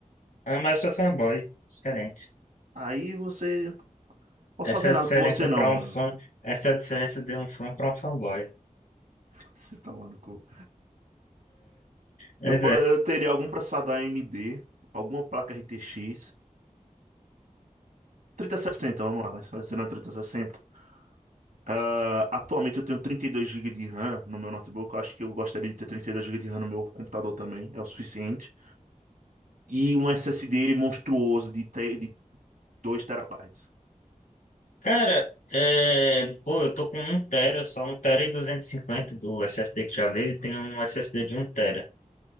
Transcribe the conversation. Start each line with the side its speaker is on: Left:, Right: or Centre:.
Left: Ah, mas eu sou fanboy, diferente.
Right: Aí você. Posso
Left: Essa
Right: fazer
Left: é a
Right: nada
Left: diferença
Right: por você
Left: para
Right: não, mano.
Left: um fã, essa é a diferença de um fã para um fanboy.
Right: <laughs> Você tá maluco.
Left: É,
Right: Eu, pro- eu teria algum processador AMD, alguma placa RTX. sessenta vamos lá, vai ser na 3060. Ah, atualmente eu tenho trinta e dois GB de RAM no meu notebook. Eu acho que eu gostaria de ter trinta e dois GB de RAM no meu computador também. É o suficiente. E um SSD monstruoso de, tre- de 2 terabytes.
Left: Cara, é, pô, eu tô com um tera, só um tera e 250 do SSD que já veio, e tem um SSD de um tera.